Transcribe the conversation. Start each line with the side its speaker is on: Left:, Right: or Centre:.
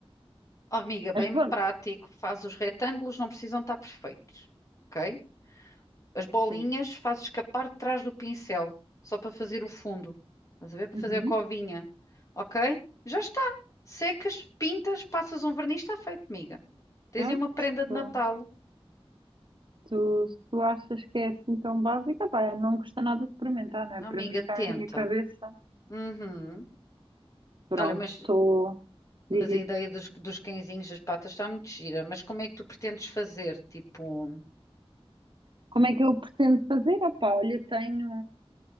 Left: Oh, amiga, bem
Right: Mas pronto,
Left: prático. Faz os retângulos, não precisam estar perfeitos. Ok? as bolinhas
Right: sim.
Left: faço escapar de trás do pincel, só para fazer o fundo. Estás a ver? Para
Right: Uhum,
Left: fazer a covinha. Ok? Já está. Secas, pintas, passas um verniz, está feito, amiga. Tens
Right: Pronto.
Left: aí uma prenda de Natal.
Right: tu, se tu achas que é assim tão básica, pá, não custa nada experimentar, não é?
Left: Oh,
Right: Para
Left: Amiga,
Right: mim está
Left: tenta.
Right: na minha cabeça.
Left: Uhum.
Right: Pronto,
Left: Olha, mas,
Right: estou. Diz
Left: mas a ideia
Right: isso.
Left: dos, dos cãezinhos das patas está muito gira. Mas como é que tu pretendes fazer? Tipo.
Right: Como é que eu pretendo fazer? Ah, pá, olha, tenho.